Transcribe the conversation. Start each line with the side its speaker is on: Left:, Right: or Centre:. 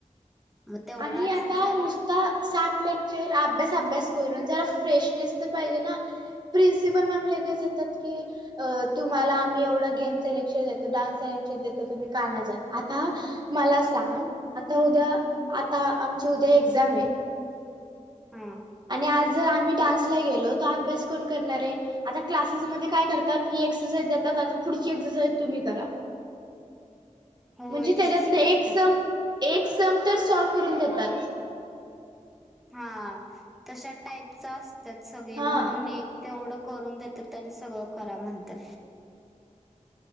Centre: मग तेवढाच
Right: आणि आता
Centre: जरा
Right: नुसता सात लेक्चर अभ्यास अभ्यास करून जरा फ्रेश नस तर पाहिजे ना. प्रिन्सिपल मॅम ललेगेच येतात की, अ तुम्हाला आम्ही एवढं गेम सलेक्शन देतो डान्स सलेक्शन देतो तुम्ही काना जात आता,, मला सांग आता उद्या आता आमची उद्या एक्झाम आहे.
Centre: हा.
Right: आणि आज जर आम्ही डान्सला गेलो तर अभ्यास कोण करणार आहे आता क्लासेसमध्येध्ये काय करतात,, ही एक्सरसाइज देतातता पुढची एक्सरसाईज तुम्ही करा.
Centre: होय
Right: म्हणजे त्याच्यातलं
Centre: तसच करतात
Right: एक सम एक सम तर सॉल्व करून देतात.
Centre: हा तशा टाईपच असतात सगळे
Right: हा
Centre: म्हणून एक तेवढं करून देतात त्यांनी सगळं करा म्हणतात.